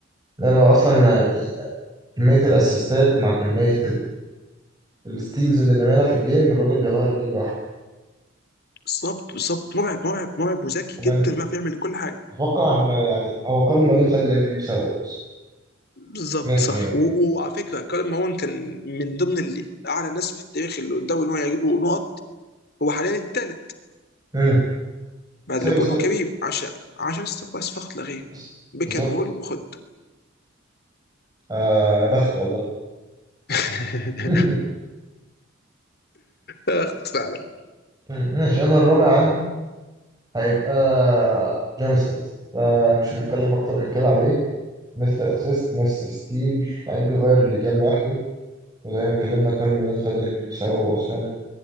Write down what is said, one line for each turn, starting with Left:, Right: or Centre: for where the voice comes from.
Right: لأنه أصلا يعني كمية الأسيستات مع كمية ال- الستيلز اللي بيعملها في الجيم الراجل بيغير الجيم لوحده
Left: بالظبط بالظبط مرعب مرعب مرعب وذكي
Right: كمان
Left: جدا بيعرف يعمل كل حاجه
Right: أتوقع إن يعني هو كارل مالون خد ال MVP بسببه أصلا
Left: بالظبط
Right: 100%
Left: صح و- و- وعلى فكره كارل ماون كان من ضمن اللي اعلى ناس في التاريخ اللي قدامه ان هو يجيبوا نقط هو حاليا الثالث
Right: امم
Left: بعد
Right: بسبب
Left: ليبرون
Right: ستوك
Left: وكريم عشان عشان استحواذ بس فقط لا غير
Right: بس
Left: بيك
Right: بالظبط
Left: اند رول وخد
Right: آه بخت والله
Left: <laughs>
Right: <laughs>
Left: اخت فعلا
Right: مم، ماشي أنا الرابع عندي هيبقى جون ستوكت فمش هنتكلم أكتر من كده عليه مستر أسيست مستر ستيل لعيب بيغير اللي جام لوحده وزي ما اتكلمنا كارل مالون خد ال MVP بسببه أصلا